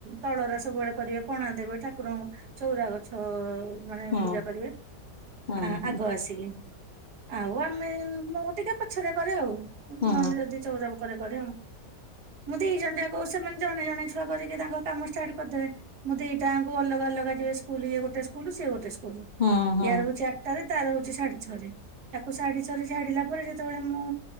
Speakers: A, on the right; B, on the left.
A: ତଳର ସବୁବେଳେ କରିବେ ପଣା ଦେବେ ଠାକୁରଙ୍କୁ ଚଉରା ଗଛ। ମାନେ
B: ହୁଁ
A: ପୂଜା କରିବେ
B: ହୁଁ
A: ଆ
B: ହୁଁ
A: ଆଗ ଆସିକି। ଆଉ ଆମେ ମୁଁ ଟିକେ ପଛରେ କରେ ଆଉ
B: ହୁଁ
A: ନହେଲେ ଯଦି ଚଉରା। <unintelligible> ମୁଁ ଦି ଜଣ ଜାଙ୍କୁ ସେମାନେ ଜଣେ ଜଣେ ଛୁଆ କରିକି ତାଙ୍କ କାମ ଷ୍ଟାର୍ଟ କରିଦେବେ ମୁଁ ଦିଟାଙ୍କୁ ଅଲଗା ଅଲଗା। ଅଲଗା ଯିବେ ସ୍କୁଲ ଇଏ ଗୋଟ ସ୍କୁଲ ସେ ଗୋଟେ ସ୍କୁଲ।
B: ହୁଁ ହୁଁ ହୁଁ ହୁଁ ହୁଁ
A: ଇୟାର ହଉଛି ଆଠଟାରେ ତାର ହଉଛି ସାଢେ ଛଅ ରେ ତାକୁ ସାଢେ ଛ ରେ ଛାଡିଲା ପରେ। ସେତେବେଳେ ମୁଁ